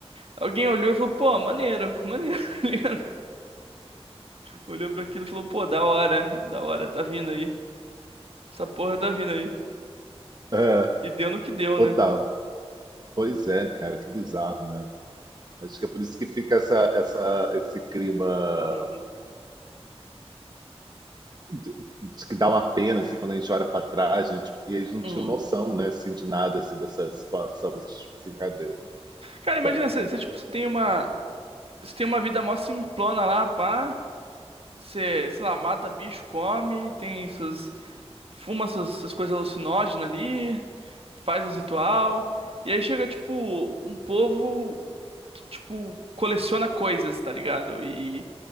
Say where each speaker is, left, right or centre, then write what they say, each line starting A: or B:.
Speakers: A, on the right; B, on the right.
A: alguém olhou e falou: Pô, maneiro, maneiro, <laughs> tá ligado? Olhou pra aquilo e falou: Pô, da hora, da hora, tá vindo aí. Essa porra tá vindo aí.
B: É,
A: E deu no que deu,
B: total.
A: né?
B: Pois é, cara, que bizarro, né? Acho que é por isso que fica essa, essa, esse clima
A: Uhum.
B: de, de que dá uma pena, assim, quando a gente olha para trás, gente, porque eles não
A: Uhum.
B: tinham noção, né, assim, de nada, assim, dessa situação, assim, tipo assim, cara, de-
A: Cara, imagina,
B: de-
A: você, você, tipo,
B: desse-
A: você tem uma, você tem uma vida mó simplona lá, pá. Você, sei lá, mata bicho, come, tem suas, fuma essas, essas coisas alucinógenas ali, faz uns ritual, e aí chega, tipo, um povo que, tipo, coleciona coisas, tá ligado? E,